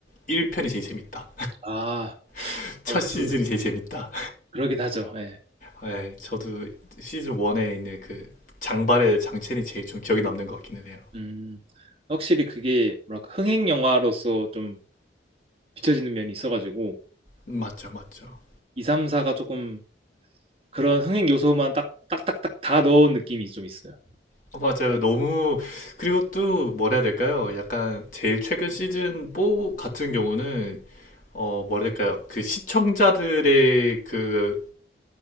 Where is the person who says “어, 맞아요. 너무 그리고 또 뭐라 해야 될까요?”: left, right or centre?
Left